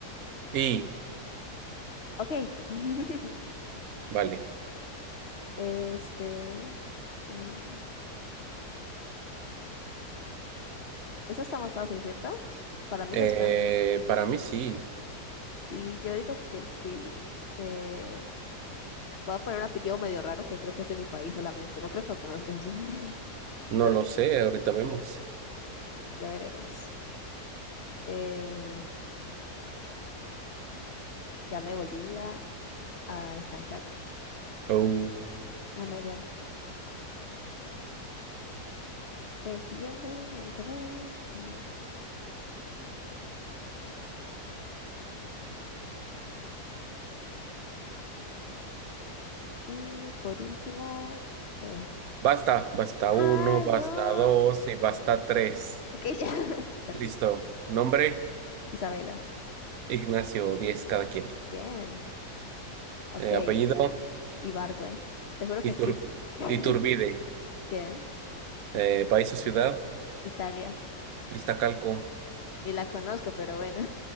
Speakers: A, on the right; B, on the left.
A: Y,
B: Ok. <laughs>
A: vale.
B: Este. mm, eso está más fácil, ¿cierto? Para mí
A: Eh,
B: lo está.
A: para mí sí.
B: Sí, yo digo que sí. Eh, Voy a poner un apellido medio raro que creo que es de mi país solamente. No creo que lo conozcas así, <laughs>
A: No
B: pero
A: lo sé. Ahorita vemos.
B: ya veremos. Eh, ya me volví a, a estancar.
A: Oh.
B: Ah, no, ya. El siguiente, vamos a ver. Mm, Y por último. eh,
A: Basta. Basta
B: ¡Ay,
A: uno, basta
B: no!
A: dos y basta tres.
B: Ok, <laughs> ya. Perdí.
A: Listo. Nombre.
B: Isabela.
A: Ignacio, 10 cada quien.
B: Bien. Ok.
A: Eh, apellido,
B: Ibargüen. Te juro que
A: Itur-
B: existe. <laughs>
A: Iturbide.
B: Bien.
A: Eh, país o ciudad,
B: Italia.
A: Iztacalco.
B: Ni la conozco, pero bueno.